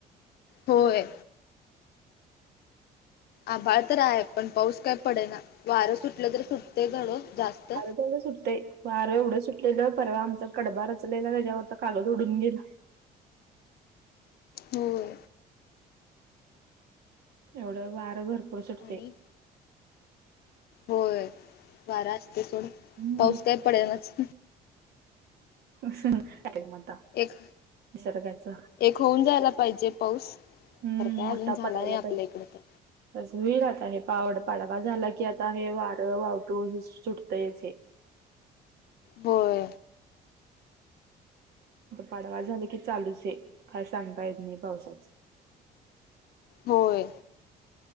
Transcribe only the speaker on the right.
हो ग सुटतय वारं एवढं सुटलेलं परवा, आमचा कडबा रचलेला त्याच्यावरच कागद उडून गेला.
एवढं वारं भरपूर सुटतंय.
हम्म
काय मग आता?
निसर्गाच
हम्म
मोठा
पडायला
पाहिजे.
होईल आता हे पावड पाडवा झाला की आता हे वारं वावटूळ सुटतंयच हे आता
पाडवा झाले की, चालूच आहे काय सांगता येत नाही पावसाच